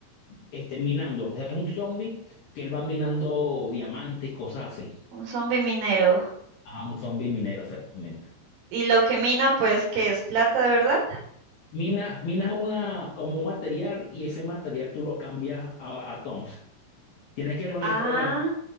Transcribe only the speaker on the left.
este, minando. O sea, es un zombie que él va minando diamantes y cosas así.
Ajá, un zombie minero, exactamente.
Mina, minas una, como un material y ese material tú lo cambias a, a tons. Tienes que reunir
por lo menos,